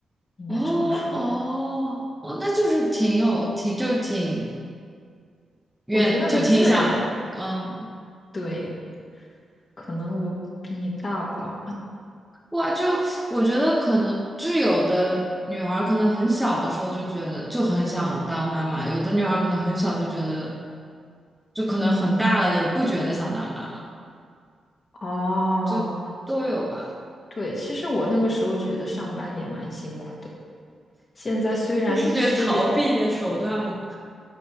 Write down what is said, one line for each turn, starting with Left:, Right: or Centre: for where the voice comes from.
Left: 应该这么说，
Centre: 哦哦哦，那就是挺有挺就挺愿就挺想嗯
Left: 我觉得很自然。对，可能我比你大吧。
Centre: 哇，就我觉得可能就是有的女孩儿可能很小的时候就觉得就很想当妈妈，有的女孩儿可能很小就觉得就可能很大了也不觉得想当妈妈，
Left: 嗯，哦，
Centre: 就都有吧。
Left: 对，其实我那个时候觉得上班也蛮辛苦的。现在虽然事业
Centre: 你是觉得逃避的手段吗？